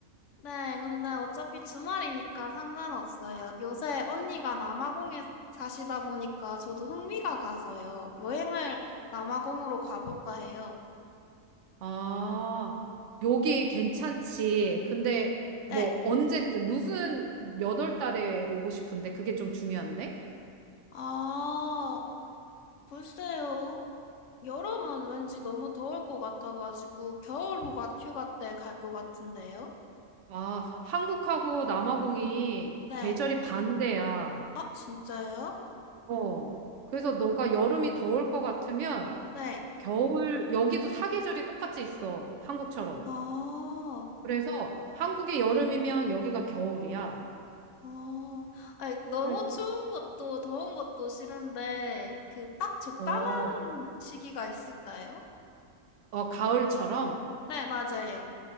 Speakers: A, on the left; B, on the right.
A: 네, 근데 어차피 주말이니까 상관없어요. 요새 언니가 남아공에 사시다 보니까 저도 흥미가 가서요. 여행을 남아공으로 가볼까 해요.
B: 아, 여기 괜찮지. 근데, 뭐,
A: 네.
B: 언제쯤, 무슨, 몇 월 달에 오고 싶은데, 그게 좀 중요한데?
A: 아, 글쎄요. 여름은 왠지 너무 더울 것 같아가지고 겨울 휴가, 휴가 때 갈 것 같은데요?
B: 아, 한국하고 남아공이
A: 네.
B: 계절이 반대야.
A: 아, 진짜요?
B: 어. 그래서 너가 여름이 더울 것 같으면
A: 네.
B: 겨울, 여기도 사계절이 똑같이 있어. 한국처럼.
A: 아.
B: 그래서 한국이 여름이면 여기가 겨울이야.
A: 아, 아니, 너무
B: 그-
A: 추운 것도 더운 것도 싫은데, 그 딱 적당한
B: 어,
A: 시기가 있을까요?
B: 어, 가을처럼?
A: 네, 맞아요.